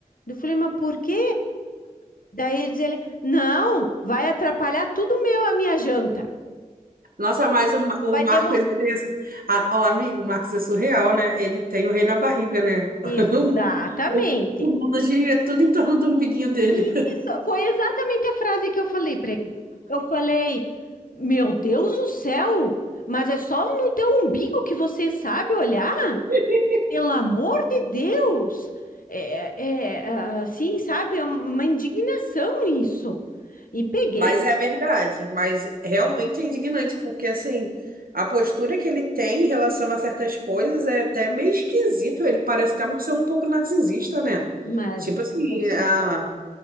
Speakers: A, on the left (about 75°); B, on the right (about 85°).
A: Eu falei, mas por quê? Daí diz ele: Não, vai atrapalhar tudo meu, a minha janta.
B: Nossa, mas o, Ma- o
A: Vai
B: Marcos,
A: demorar.
B: ele é, su- a- o amigo, o Marcos é surreal, né? Ele tem o rei na barriga, né? <laughs>
A: Exatamente.
B: O, o mundo gira tudo em torno do umbiguinho dele.
A: Isso foi exatamente a frase que eu falei para ele. Eu falei: Meu Deus do céu, mas é só no teu umbigo que você sabe olhar?
B: <laughs>
A: Pelo amor de Deus! É, é, assim, sabe? É uma indignação isso. E peguei,
B: Mas é verdade, mas realmente é indignante, porque assim, a postura que ele tem em relação a certas coisas é até meio esquisito, ele parece até ser um pouco narcisista, né?
A: mas.
B: Tipo assim,
A: cons-
B: a-